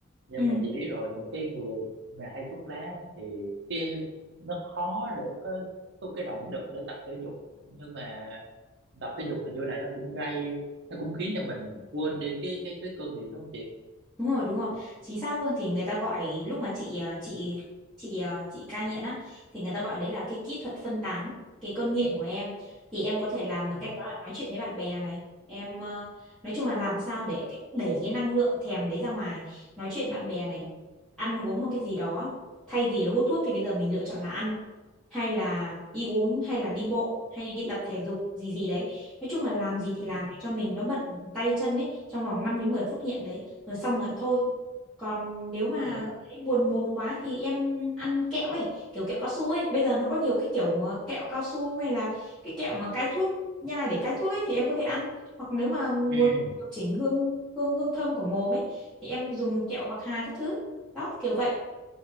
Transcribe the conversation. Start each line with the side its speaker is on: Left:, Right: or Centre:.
Right: nhưng
Centre: ừ
Right: mà chị biết rồi những cái người mà hay thuốc lá thì cái nó khó để có, có cái động lực để tập thể dục nhưng mà tập thể dục hình như là nó cũng gây nó cũng khiến cho mình quên đi cái cái cái cơn nghiện đúng không chị
Centre: đúng rồi đúng rồi chính xác luôn thì người ta gọi lúc mà chị à, chị chị à, chị cai nghiện á thì người ta gọi đấy là cái kỹ thuật phân tán cái cơn nghiện của em thì em có thể làm bằng
Right: ừ
Centre: cách đó là nói chuyện với bạn bè này em à, nói chung là làm sao để cái- đẩy cái năng lượng thèm đấy ra ngoài nói chuyện bạn bè này ăn uống một cái gì đó thay vì là hút thuốc thì bây giờ mình lựa chọn là ăn hay là đi uống hay là đi bộ hay đi, đi tập thể dục gì gì đấy nói chung là làm gì thì
Right: ừ
Centre: làm để cho mình nó bận tay chân ấy trong vòng 5 đến 10 phút nghiện đấy rồi xong rồi thôi còn nếu mà
Right: dạ
Centre: thấy buồn mồm quá thì em ăn kẹo ấy kiểu kẹo cao su ấy bây giờ nó có nhiều cái kiểu ờ, kẹo cao su hay là cái kẹo mà cai thuốc nhai để cai thuốc ấy thì em có thể ăn hoặc nếu mà muốn
Right: ừ
Centre: điều chỉnh hương hương hương thơm của mồm ấy thì em dùng kẹo bạc hà các thứ đó kiểu vậy